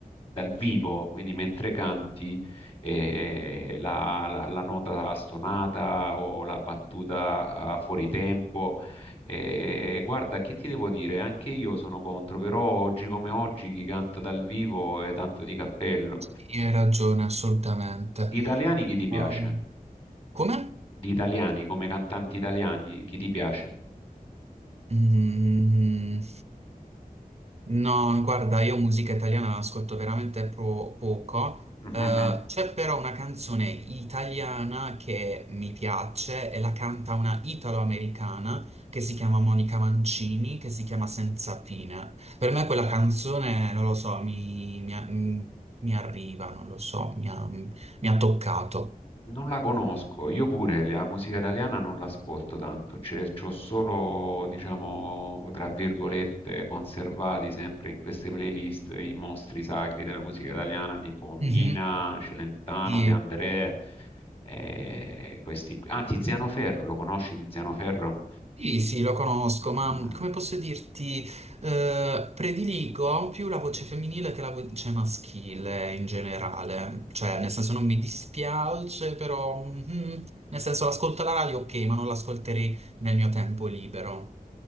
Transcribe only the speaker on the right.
Sì, hai ragione, assolutamente.
Um, come?
Mm. No, guarda, io musica italiana ascolto veramente pro- poco.
Eh, c'è però una canzone italiana che mi piace e la canta una italo-americana che si chiama Monica Mancini, che si chiama Senza fine. Per me quella canzone, non lo so, mi, mi a- mi- mi arriva, non lo so, mi ha, mi ha toccato.
Mhm.
Sì.
Sì, sì, lo conosco,
ma mhmm, come posso dirti, eh, prediligo più la voce femminile che la voce maschile in generale. Cioè, nel senso non mi dispiace, però... mhm, Nel senso, l'ascolto alla radio, ok, ma non l'ascolterei nel mio tempo libero.